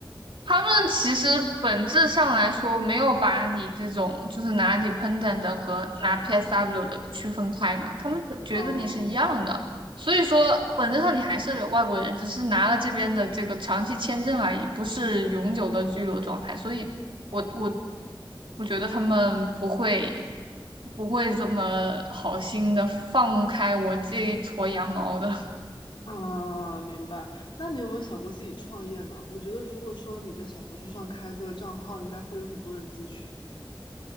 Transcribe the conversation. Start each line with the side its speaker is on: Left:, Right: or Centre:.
Right: 他们其实本质上来说没有把你这种就是拿 dependent 的和拿 PSW 的区分开嘛，他们觉得你是一样的，
Left: 嗯，OK，
Right: 所以说本质上你还是外国人，只是拿了这边的这个长期签证而已，不是永久的居留状态，所以我我我觉得他们不会不会这么好心的放开我这一撮羊毛的。
Left: 啊，明白。那你有没有想过自己创业呢？我觉得如果说你在小红书上开个账号，应该会有很多人咨询。